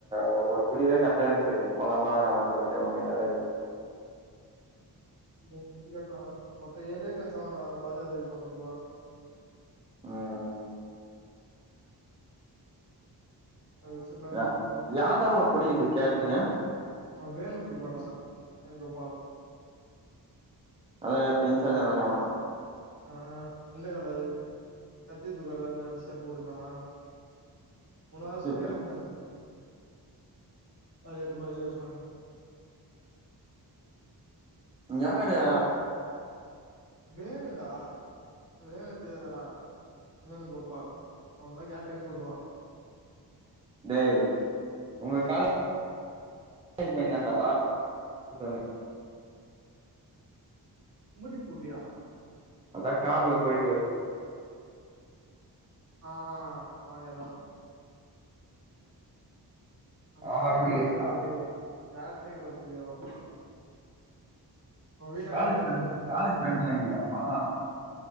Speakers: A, on the right (about 15°); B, on the right (about 40°).
A: ஒர் ஒரு முடிவே கர்ட்டா எடுக் முடியாது போலாமா வேணாமாண்றது டபிள் மைண்டாவே இருக்கு அது
B: இன்னிக்கு வரியாடா மொத்த ஏழே பேர்தானாண்டா ராஜாதேவி மண்டபத்துவா
A: ம்
B: <unintelligible>
A: யா யார்டா உனக்கு புடிக்குது கேட்றீங்க
B: ஆ வேணு புடிப்படா <inaudible> வேணுகோபால்
A: அதுன திங்க்ஸ் <unintelligible> எவனு
B: ஆ இந்த கலர் கத்திரிப்பூ கலர்ல ஷர்ட் போட்டுந்தானா
A: அவனா
B: உன்ன தா சொல்லின்னு இருந்தாங்களே அது எடுப்பா இது எடுப்பானு
A: யாரு
B: வேணுடா வேணு தெரியாதா டா வேணுகோபால் அவே தா கேட்ரிங் சொல்லுவா
A: டே உங்க காலே லேஜ் பையே தான் டா <inaudible>
B: குமுடி பூண்டியா
A: அதா கார்ல போயிட்டு
B: ஆ அவனே தான் அவே
A: அவன்
B: காலேஜ்
A: தான் புடிக்குதா
B: வேலால டே கேட்டரிங் வச்சிருக்காங்கப்பா உன் வீட்டான்ட
A: காலேஜ்
B: யாராது
A: ஃப்ரெண்ட்
B: தெரிமா <unintelligible>
A: காலேஜ் ஃப்ரெண்ட்லா
B: சொன்ன
A: இல்லையாப்பா